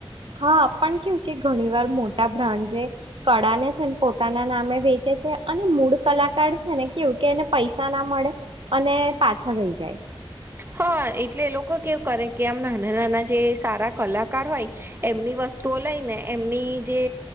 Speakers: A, on the right (about 60°); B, on the right (about 25°).
A: હા, પણ કેવું કે ઘણી વાર મોટા બ્રાન્ડ કળા ને છેને પોતાના નામે વેચે અને મૂળ કલાકાર છે ને કેવુ, કે એને પૈસા ના મળે અને પાછળ રહી જાય
B: હા, એટલે એ લોકો કેવ કરે કે આમ નાના નાના જે સારા કલાકાર હોય એમની વ ધોવા લઈને એમની જે